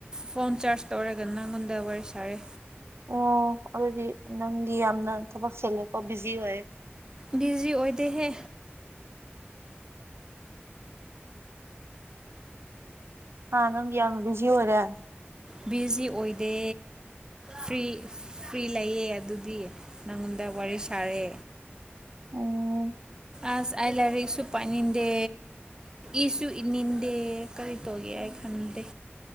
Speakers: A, on the right (about 20°); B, on the right (about 75°).
A: ꯐꯣꯟ ꯆꯥꯔꯖ ꯇꯧꯔꯒ ꯅꯉꯣꯟꯗ ꯋꯥꯔꯤ ꯁꯥꯔꯦ
B: ꯑꯣ ꯑꯗꯨꯗꯤ ꯅꯪꯗꯤ ꯌꯥꯝꯅ ꯊꯕꯛ ꯁꯦꯂꯦꯀꯣ ꯕꯤꯖꯤ ꯑꯣꯏꯌꯦ
A: ꯕꯤꯖꯤꯤ ꯑꯣꯏꯗ ꯍꯦ
B: ꯍꯥꯥ ꯅꯪꯒꯤ ꯌꯥꯝꯅ ꯕꯤꯖꯤ ꯑꯣꯏꯔꯦ
A: ꯕꯤꯖꯤ ꯑꯣꯏꯗꯦ ꯐꯔꯤ ꯐ꯭ꯔꯤ ꯂꯩꯌꯦ ꯑꯗꯨꯗꯤ ꯅꯉꯨꯟꯗꯕꯔ ꯁꯔꯦ
B: ꯑꯣ
A: ꯑꯁ ꯑꯩ ꯂꯥꯏꯔꯤꯛꯁꯨ ꯄꯥꯅꯤꯡꯗꯦ ꯏꯁꯨ ꯏꯅꯤꯡꯗꯦ ꯀꯔꯤ ꯇꯧꯒꯦ ꯑꯩ ꯈꯜꯦ ꯐꯗꯦ